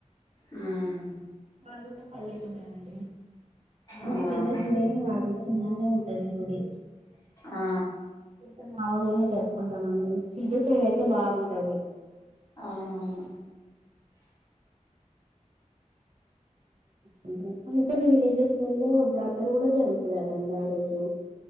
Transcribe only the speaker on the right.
మాది కూడా పల్లె ఓకే అండి అంత
పెద్ద గుడేం కాదు చిన్నగ నే ఉంటది గుడి
ఎంతమ మామూల్ గానే జరుపుకుంటాం అండి సిద్ధసైడ్ అయితే బాగుంటది
అండి కొన్ని కొన్ని విలేజెస్లలో జాతర కూడా జరుగుతద అంట ఆ రోజు